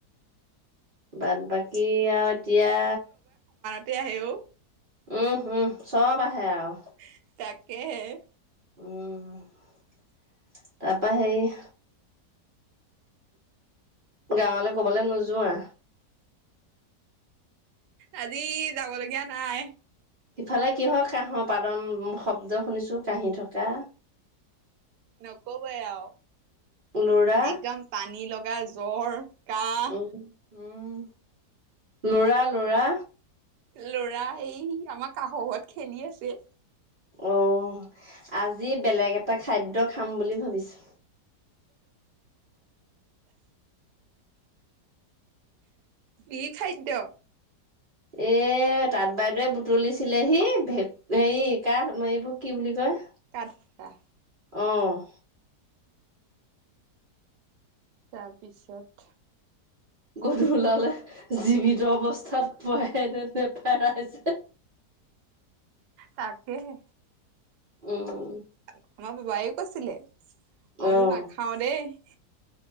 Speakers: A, on the right; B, on the right.
A: বাট বাকী আৰু এতিয়া
B: তেতিয়া আহে অ
A: উম উম চব আহে আৰু
B: তাক তাকেহে
A: উম তাৰপৰা সেই গাঁৱলৈ ক'বলৈ নোযোৱা?
B: আজি যাব লগীয়া নাই।
A: ইফালে কি হয় কাহৰ পাদন শব্দ? শুনিছো কাঁহি থকা
B: নকব আৰু।
A: লৰা
B: একদম পানী লগা য জ্বৰ। কাহ
A: উম-হুম। লৰা-লৰা?
B: লৰা এই আমাৰ কাষৰ ঘৰত খেলি আছে।
A: অ আজি বেলেগ এটা খাদ্য খাম বুলি ভাবিছো।
B: কি খাদ্য?
A: এ তাঁ বাইদে বুটলিছিল। লেহি। ভে হেৰি কাৰণ আপোনাৰ এইবোৰ কি বুলি কয়?
B: তাটপকা।
A: অহ
B: তাৰপিছত
A: গধ ওলালে জীৱিত অৱস্থাত। <unintelligible> পাইচে?
B: তাকেহে
A: উম,
B: আমাৰ বুবাইয়ো কৈছিলে। মই
A: অ'
B: বোলো নাখাও দেই।